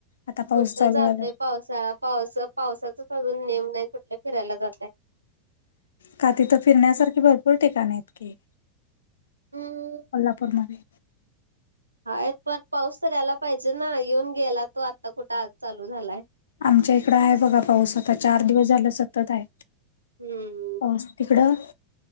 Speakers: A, on the left (about 65°); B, on the right (about 80°).
A: आता पाऊस
B: कुठं
A: चालू
B: जातय
A: झालाय
B: पावसाळा पावस पावसाचच अजून नेम नाही कुठलं फिरायला जातय.
A: का तिथं फिरण्यासारखी भरपूर ठिकाणे आहेतत की.
B: हम्म
A: को्हापूर मध्ये
B: हाय प पाऊस तर यायला पाहिजे ना येऊन गेला तो आता कुठं आज चालू झालाय.
A: आमच्या इकड आहे बघा पाऊस आता चार दिवस झालं सतत आहे
B: हम्म
A: पास तिकडं.